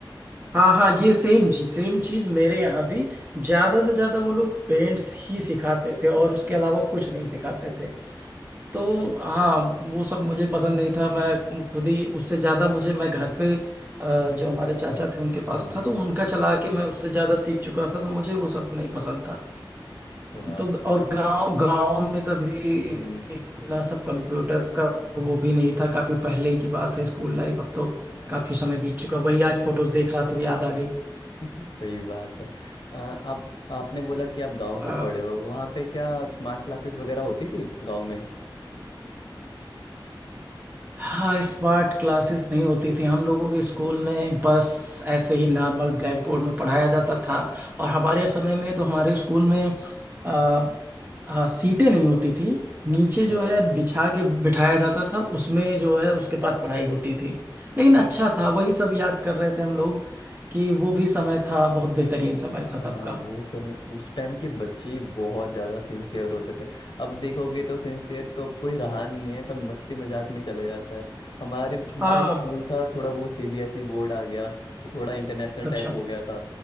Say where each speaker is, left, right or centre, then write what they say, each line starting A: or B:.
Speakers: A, on the right; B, on the left.
A: हाँ हाँ ये सेम चीज सेम चीज मेरे यहाँ भी ज्यादा से ज्यादा वो लोग पेंट्स
B: हम्म,
A: ही सिखाते थे और उसके अलावा कुछ नहीं सिखाते थे तो हाँ वो सब मुझे पसंद नहीं था मैं खुद ही उससे ज्यादा मुझे मैं घर पे अ, जो हमारे चाचा थे उनके पास
B: हम्म,
A: था तो उनका चला के मैं उससे ज्यादा सीख चुका था तो मुझे वो सब नहीं पसंद था
B: अच्छा
A: तो ग- और गांव गांव में तभी
B: हम्म
A: इतना सब कंप्यूटर का वो भी नहीं था काफी पहले की बात है स्कूल लाइफ अब तो
B: हाँ,
A: काफी समय बीत चुका वही आज फोटोज देख रहा था तो याद आ गई
B: <laughs> सही बात है आ, आप आपने बोला कि आप गांव
A: अ,
B: से पढ़े हो वहाँ पे क्या स्मार्ट क्लासेस वगैरह होती थी गांव में
A: हाँ स्मार्ट क्लासेस नहीं होती थी हम लोगों के स्कूल में बस ऐसे ही नॉर्मल ब्लैक बोर्ड में पढ़ाया जाता था और हमारे समय में तो हमारे स्कूल में अ, अ, सीटें नहीं होती थी
B: अच्छा
A: नीचे जो है बिछा के बिठाया जाता था उसमें जो है उसके बाद पढ़ाई होती थी लेकिन
B: हम्म,
A: अच्छा था वही सब याद कर रहे थे हम लोग कि वो भी समय था बहुत बेहतरीन समय
B: हाँ
A: था तब का
B: वो समय उस टाइम के बच्चे ही बहुत ज़्यादा सिंसियर होते थे अब देखोगे तो सिंसियर तो अब कोई रहा नहीं है सब मस्ती मजाक में चले जाता है हमारे हमारा
A: हाँ
B: तो स्कूल था थोड़ा वो सीबीएसई बोर्ड आ गया तो थोड़ा इंटरनेशनल टाइप
A: अच्छा
B: हो गया था